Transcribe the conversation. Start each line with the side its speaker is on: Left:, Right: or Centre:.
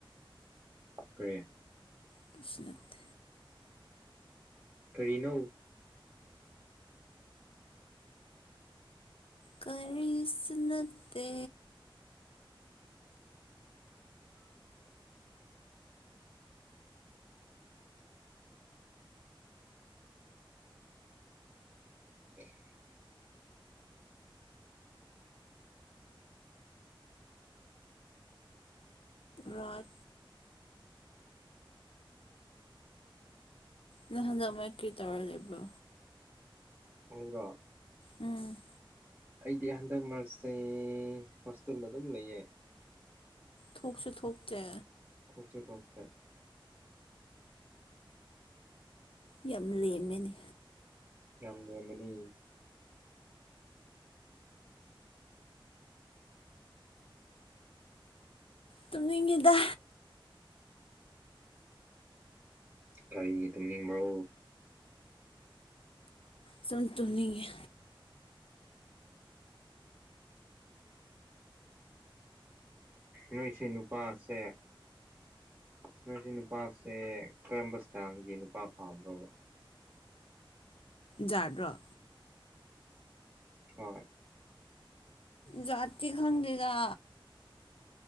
Right: ꯀꯔꯤ
Left: ꯀꯩꯁꯨ ꯅꯠꯇꯦ
Right: ꯀꯔꯤꯅꯣ
Left: ꯀꯔꯤꯁꯨ ꯅꯠꯇꯦ
Right: <inaudible>
Left: ꯔꯠ ꯅꯪ ꯍꯡꯗꯛ ꯃꯔꯛ ꯀ꯭ꯔꯤꯇꯧꯔ ꯂꯩꯕ꯭ꯔꯣ
Right: ꯑꯩꯔꯣ
Left: ꯎꯝ
Right: ꯑꯩꯗꯤ ꯍꯟꯗꯛ ꯃꯔꯛꯁꯦ ꯍꯣꯁꯇꯦꯜꯗ ꯑꯗꯨꯝ ꯂꯩꯌꯦ
Left: ꯊꯣꯛꯁꯨ ꯊꯣꯛꯇ꯭ꯔꯦ
Right: ꯊꯣꯛꯁꯨ ꯊꯣꯛꯇꯦ
Left: ꯌꯥꯝ ꯂꯦꯝꯃꯦꯅꯦ
Right: ꯌꯥꯝ ꯂꯦꯝꯕꯅꯦ
Left: ꯇꯨꯡꯅꯤꯡꯉꯤꯗ
Right: ꯀꯔꯤꯒꯤ ꯇꯨꯝꯅꯤꯡꯕ꯭ꯔꯣ
Left: ꯁꯨꯝ ꯇꯨꯝꯅꯤꯡꯉꯦ
Right: ꯅꯣꯏꯁꯦ ꯅꯨꯄꯥꯁꯦ ꯅꯣꯢꯁꯦ ꯅꯨꯄꯥꯁꯦ ꯀꯔꯝꯕ ꯏꯁꯇꯥꯏꯜꯒꯤ ꯅꯨꯄꯥ ꯄꯥꯝꯕ꯭ꯔꯣ
Left: ꯖꯥꯠꯔꯣ
Right: ꯍꯣꯏ
Left: ꯖꯥꯠꯇꯤ ꯈꯪꯗꯦꯗ